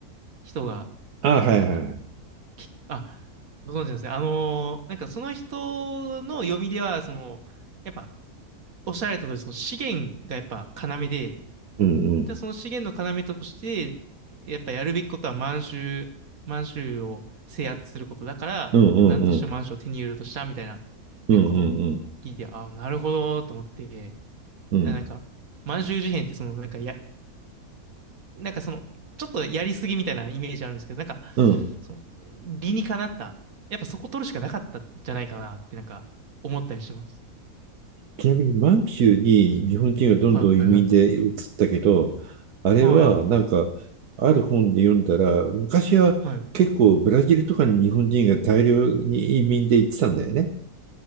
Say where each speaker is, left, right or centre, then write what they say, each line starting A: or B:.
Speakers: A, on the right; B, on the right.
A: 人が、
B: あはいはいはい。
A: なんか、きあ、ご存知なんですね。あのーなんかその人の読みでは、その、やっぱ、おっしゃられた通り、その資源がやっぱ要で、
B: うんうん。
A: じゃあその資源の要として、やっぱやるべきことは満州、満州を制圧することだから、
B: うんうんうん
A: 何としても満州を手に入れようとしたみたいな、
B: うんうんうん
A: ね、ことを聞いて、ああ、なるほど、と思って、
B: うん
A: なんか、満州事変ってその、なんかや、なんかその、ちょっとやりすぎみたいなイメージあるんですけど、なんか、
B: うん
A: その、理にかなった、やっぱそこ取るしかなかったんじゃないかなってなんか思ったりします。
B: ちなみに満州に日本人がどんどん移民で移ったけど、
A: はいはいはい。
B: あれはなんかある本で読んだら、
A: はい。
B: 昔は結構ブラジルとかに日本人が大量に移民で行ってたんだよね。
A: はい。